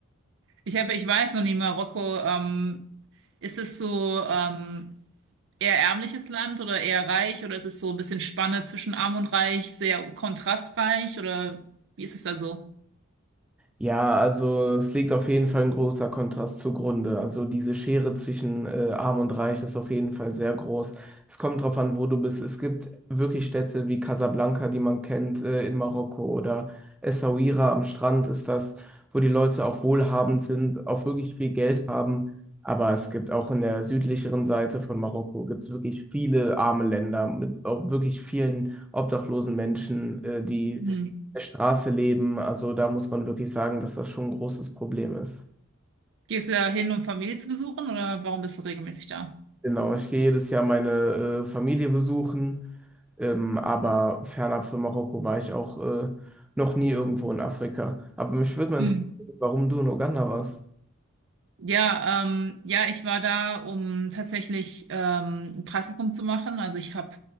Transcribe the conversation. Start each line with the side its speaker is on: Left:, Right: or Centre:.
Right: Ich habe, ich weiß noch nie, Marokko, ähm, ist es so ähm, eher ärmliches Land oder eher reich oder ist es so ein bisschen Spanne zwischen arm und reich, sehr kontrastreich oder wie ist es da so?
Centre: Ja, also es liegt auf jeden Fall ein großer Kontrast zugrunde. Also diese Schere zwischen äh, Arm und Reich ist auf jeden Fall sehr groß. Es kommt drauf an, wo du bist. Es gibt wirklich Städte wie Casablanca, die man kennt, äh, in Marokko oder Essaouira am Strand ist das, wo die Leute auch wohlhabend sind, auch wirklich viel Geld haben. Aber es gibt auch in der südlicheren Seite von Marokko gibt's wirklich viele arme Länder mit auch wirklich vielen obdachlosen Menschen, äh, die
Right: Hm.
Centre: der Straße leben. Also da muss man wirklich sagen, dass das schon ein großes Problem ist.
Right: Gehst du da hin, um Familie zu besuchen oder warum bist du regelmäßig da?
Centre: Genau, ich gehe jedes Jahr meine äh, Familie besuchen, ähm, aber fernab von Marokko war ich auch äh, noch nie irgendwo in Afrika. Aber mich würde mal interessieren,
Right: Mhm.
Centre: warum du in Uganda warst.
Right: Ja, ähm, ja, ich war da, um tatsächlich ähm, ein Praktikum zu machen. Also ich hab,